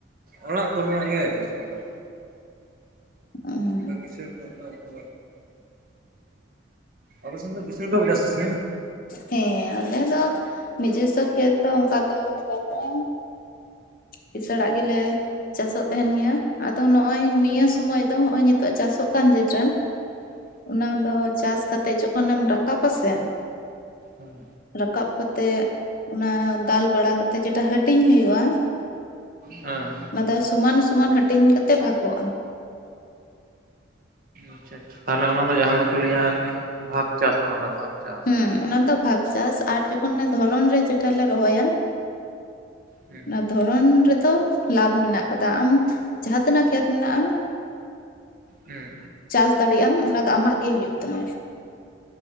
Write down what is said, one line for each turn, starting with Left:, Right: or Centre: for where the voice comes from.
Right: ᱚᱲᱟᱜ ᱠᱚᱨᱮᱱᱟᱜ ᱜᱮ ᱪᱟᱥ ᱵᱟ
Left: ᱚᱸ
Right: <inaudible> ᱠᱤᱥ ᱠᱚ ᱚᱵᱮᱥᱚᱱ ᱫᱚ <inaudible> ᱟᱯᱮ ᱥᱮᱱ ᱫᱚ ᱠᱤᱥᱟᱹᱬ ᱠᱚᱣᱟᱜ ᱯᱮ ᱪᱟᱥᱟ ᱥᱮ? <unintelligible>
Left: ᱦᱮᱸ ᱟᱞᱮ ᱫᱚ ᱱᱤᱡᱚᱥᱥᱚ ᱠᱷᱮᱛ ᱫᱚ ᱚᱱᱠᱟ ᱫᱚ ᱵᱟᱹᱱᱩᱜ ᱛᱟᱞᱮᱭᱟ᱾ ᱠᱤᱥᱟᱹᱲᱟᱜ ᱜᱮᱞᱮ ᱪᱟᱥᱚᱜ ᱛᱟᱦᱮᱱ ᱜᱮᱭᱟ᱾ ᱟᱫᱚ ᱱᱚᱜᱼᱚᱭ ᱱᱤᱭᱟᱹ ᱥᱚᱢᱚᱭ ᱫᱚ ᱱᱚᱜᱼᱚᱭ ᱱᱤᱛᱳᱜ ᱪᱟᱥᱚᱜ ᱠᱟᱱ ᱡᱮᱴᱟ
Right: <inaudible>
Left: ᱚᱱᱟ ᱫᱚ ᱪᱟᱹᱥ ᱠᱟᱛᱮᱜ ᱡᱚᱠᱷᱚᱱᱮᱢ ᱨᱟᱠᱟᱵ-ᱟ ᱥᱮ,
Right: ᱦᱮᱸ
Left: ᱨᱟᱠᱟᱵ ᱠᱟᱛᱮᱜ ᱚᱱᱟ ᱫᱟᱞ ᱵᱟᱲᱟ ᱠᱟᱛᱮ ᱡᱮᱴᱟ ᱦᱟᱹᱴᱤᱧ ᱦᱩᱭᱩᱜᱼᱟ᱾
Right: ᱦᱮᱸᱻ
Left: ᱚᱱᱟᱫᱚ ᱥᱚᱢᱟᱱ ᱥᱚᱢᱟᱱ ᱦᱟᱹᱴᱤᱧ ᱠᱟᱛᱮ ᱵᱷᱟᱜᱚᱜᱼᱟ᱾
Right: ᱟᱪᱪᱷᱟ ᱟᱪᱪᱷᱟ <inaudible> ᱛᱟᱦᱚᱞᱮ ᱚᱱᱟ ᱫᱚ ᱡᱟᱦᱟᱸ ᱫᱚᱠᱚ ᱞᱟᱹᱭᱟ ᱵᱷᱟᱜᱽ ᱪᱟᱹᱥ ᱚᱱᱟ ᱫᱚ ᱵᱷᱟᱜᱽ ᱪᱟᱹᱥ᱾
Left: ᱦᱩᱸ ᱚᱱᱟ ᱫᱚ ᱵᱷᱟᱜ ᱪᱟᱹᱥ ᱟᱨ ᱡᱚᱠᱷᱚᱱ ᱫᱷᱚᱨᱚᱱ ᱨᱮ ᱡᱮᱴᱟ ᱞᱮ ᱨᱚᱦᱚᱭᱟ,
Right: ᱦᱩᱸ
Left: ᱚᱱᱟ ᱫᱷᱚᱨᱚᱱ ᱨᱮᱫᱚ ᱞᱟᱵᱷ ᱢᱮᱱᱟᱜ ᱠᱟᱫᱟ ᱟᱢ ᱡᱟᱦᱟᱸᱛᱤᱱᱟᱹᱜ ᱠᱷᱮᱛ ᱢᱮᱱᱟᱜᱼᱟ,
Right: ᱦᱩᱸ
Left: ᱪᱟᱹᱥ ᱫᱟᱲᱮᱭᱟᱜ- ᱟᱢ ᱚᱱᱟ ᱫᱚ ᱟᱢᱟᱜ ᱜᱮ ᱦᱩᱭᱩᱜ ᱛᱟᱢᱟ᱾